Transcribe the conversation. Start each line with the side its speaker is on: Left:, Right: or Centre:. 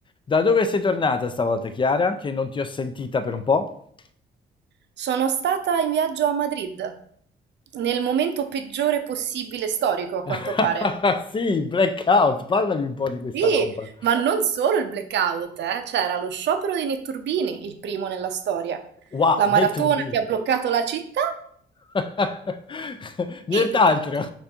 Left: Da dove sei tornata stavolta, Chiara? Che non ti ho sentita per un po'?
Right: Sono stata in viaggio a Madrid, nel momento peggiore possibile storico, a
Left: <laughs>
Right: quanto pare.
Left: Sì, blackout, parlami un po' di questa
Right: Sì,
Left: roba.
Right: ma non solo il blackout, eh. C'era lo sciopero dei netturbini, il primo nella storia,
Left: Wow,
Right: la
Left: Netturbi.
Right: maratona che ha bloccato la città
Left: <laughs> Nient'altro.
Right: e il blackout.